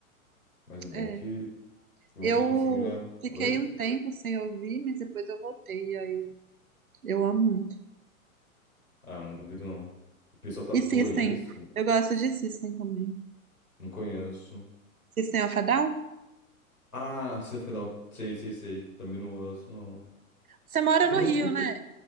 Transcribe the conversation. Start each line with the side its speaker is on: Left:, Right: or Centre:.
Left: Mas o bom
Right: é.
Left: que, o bom
Right: Eu
Left: que eles conseguiram.
Right: fiquei
Left: a- Oi?
Right: um tempo sem ouvir, mas depois eu voltei. e Aí eu amo muito.
Left: Ah, não duvido, não. O pessoal tatua
Right: E System,
Left: isso.
Right: eu gosto
Left: Sim.
Right: de System também.
Left: Não conheço.
Right: System of a Down?
Left: Ah, Arcida Federal. Sei, sei, sei. Também não ouço, não.
Right: Você mora
Left: Tipo,
Right: no
Left: eu não
Right: Rio,
Left: curto.
Right: né?